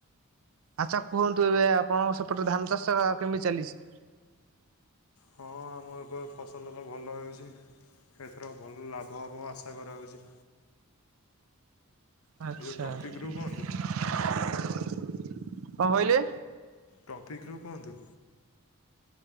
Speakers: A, on the right; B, on the left.
A: ଆଚ୍ଛା କୁହନ୍ତୁ ଏବେ ଆପଣଙ୍କ ସେପଟେ ଧାନ ଚାଷ କେମିତି ଚାଲିଛି?
B: ହଁ ଆମ ଏବେ ଫସଲ ଭଲ ହେଉଛି। ଏଥର ଭଲ ଲାଭ ହବ ଆଶା କରାହଉଛି।
A: ଆଚ୍ଛା।
B: ଏ ଯେଉଁ ଟପିକ୍ରୁ କୁହନ୍ତୁ
A: କଣ କହିଲେ?
B: ଟପିକ୍ ରୁ କୁହନ୍ତୁ।